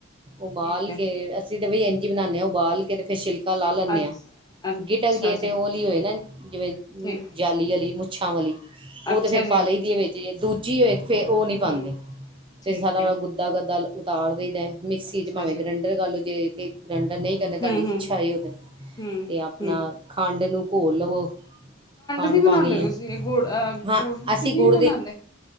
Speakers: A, on the right (about 25°); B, on the left (about 20°).
A: ਉਬਾਲ
B: ਠੀਕ ਹੈ
A: ਕੇ ਅਸੀਂ ਬਈ ਇੰਝੀ ਬਣਾਉਦੇ ਹਾਂ ਉਬਾਲ ਕੇ ਤੇ ਫਿਰ ਛਿਲਕਾ ਲਾ ਲੈਂਦੇ
B: ਅੱ
A: ਹਾਂ
B: ਅੱਛਾ
A: ਗੀਟਕ ਜੇਤੇ
B: ਜੀ
A: ਉਹ ਵਾਲੀ ਹੋਏ ਨਾ ਜਿਵੇਂ
B: ਠੀਕ
A: ਜਾਲੀ ਵਾਲੀ ਮੁੱਛਾ ਵਾਲੀ ਉਹ
B: ਅੱਛਾ
A: ਤੇ ਫਿਰ
B: ਜੀ
A: ਪਾ ਲਈ ਦੀ ਹੈ ਵਿੱਚ ਜ ਦੂਜੀ ਹੋਏ ਤੇ ਫ਼ਿਰ ਉਹ ਨਹੀਂ
B: ਹਮ
A: ਪਾਉਂਦੇ
B: ਠੀਕ
A: ਫਿਰ ਸਾਰਾ
B: ਹੈ
A: ਉਹ ਗੁੱਦਾ ਗੁੱਦਾ ਗੱਦਲ ਉਤਾਰ ਦੇਈਦਾ ਮਿਕਸੀ
B: ਅੱਛਾ
A: ਚ ਭਾਵੇਂ
B: ਜੀ
A: ਗਰੈਂਡਰ ਕਰ ਲਓ ਜੇ ਇਥੇ ਗਰੈਂਡਰ ਨਹੀਂ ਕਹਿੰਦੇ ਤੁਹਾਡੀ
B: ਹਮ
A: ਇੱਛਾ
B: ਹਮ
A: ਉਹਦੇ
B: ਹਮ
A: ਤੇ ਆਪਣਾ
B: ਹਮ
A: ਖੰਡ ਨੂੰ ਘੋਲ ਲਵੋ। ਖੰਡ
B: ਦੀ ਬਣਾਉਂਦੇ
A: ਪਾਉਣੀ
B: ਹੋ
A: ਹੈ
B: ਤੁਸੀਂ ਗੁੜ ਅ
A: ਹਾਂ
B: ਗੁੜ ਦੀ
A: ਅਸੀਂ
B: ਨਹੀਂ
A: ਗੁੜ
B: ਬਣਾਉਂਦੇ
A: ਦੀ